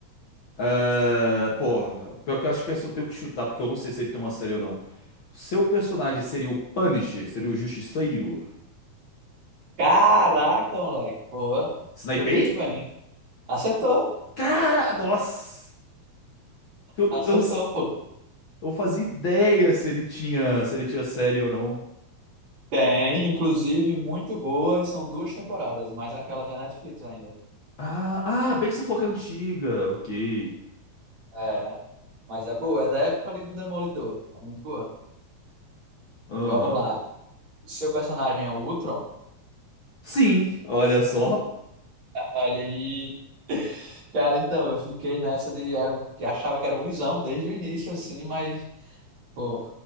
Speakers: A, on the left; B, on the right.
A: ah, pô, pior que eu acho que esse eu tenho que chutar, porque eu não sei se ele tem uma série ou não. Seu personagem seria o Punisher? Seria o Justiceiro?
B: Caraca, moleque, boa.
A: Snipei?
B: Foi muito bem. Acertou,
A: Cara, nossa! Eu,
B: acertou,
A: eu,
B: pô.
A: eu fazia ideia se ele tinha, se ele tinha série ou não.
B: Tem, inclusive, muito boa, e são duas temporadas, mas aquela já é Netflix ainda.
A: Ah, ah, bem que você falou que é antiga. Ok.
B: É, mas é boa, é da época ali do Demolidor. É muito boa.
A: Aham.
B: Vamos lá. O seu personagem é o Ultron?
A: Sim, olha só.
B: Olha aí. Cara, então, eu fiquei nessa de era, o- que achava que era o Visão desde o início, assim, mas, pô,